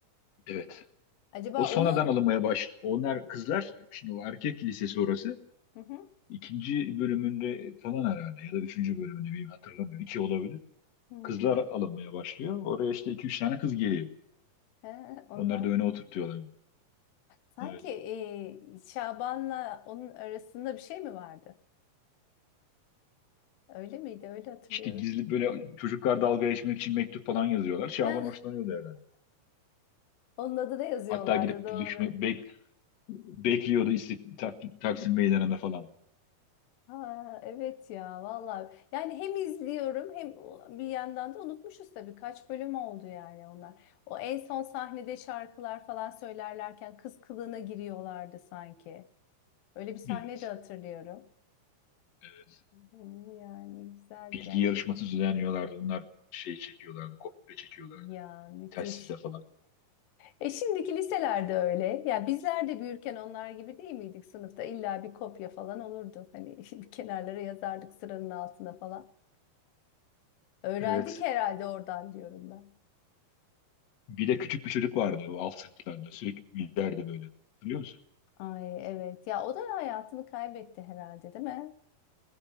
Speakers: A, on the left; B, on the left.
A: Evet.
B: Acaba
A: O sonradan
B: onun
A: alınmaya baş. Onlar kızlar, şimdi o erkek lisesi orası.
B: hı hı.
A: İkinci bölümünde falan herhalde ya da üçüncü bölümünde bilmiyorum hatırlamıyorum. İki olabilir.
B: Hmm.
A: Kızlar alınmaya başlıyor. Oraya işte iki üç tane kız geliyor.
B: He,
A: Onları
B: ondan.
A: da öne oturtuyorlar.
B: Sanki
A: Evet.
B: e, Şaban'la onun arasında bir şey mi vardı? Öyle miydi? Öyle hatırlıyorum.
A: İşte gizli böyle çocuklar dalga geçmek için mektup falan yazıyorlar. Şaban
B: Heh,
A: hoşlanıyordu herhalde.
B: onun adını yazıyorlardı
A: Hatta gidip
B: doğru.
A: düşme, bek, bekliyordu istik, tak, Taksim Meydanı'nda falan.
B: Ha, evet ya vallahi yani hem izliyorum hem o- bir yandan da unutmuşuz tabii kaç bölüm oldu yani onlar. O en son sahnede şarkılar falan söylerlerken kız kılığına giriyorlardı sanki. Öyle bir sahne
A: Evet.
B: de hatırlıyorum.
A: Evet.
B: Hmm, Yani güzeldi
A: Bilgi
B: gerçekten.
A: yarışması düzenliyorlardı. Onlar şey çekiyorlardı, kopya çekiyorlardı.
B: Ya müthiş.
A: Telsizle falan.
B: E şimdiki liselerde öyle. Ya bizler de büyürken onlar gibi değil miydik sınıfta? İlla bir kopya falan olurdu. Hani <laughs> bir kenarlara yazardık sıranın altına falan. Öğrendik
A: Evet.
B: herhalde oradan diyorum ben.
A: Bir de küçük bir çocuk vardı o alt sınıflarda. Sürekli gülerdi böyle. Hatırlıyor musun?
B: Ay evet. Ya o da hayatını kaybetti herhalde, değil mi?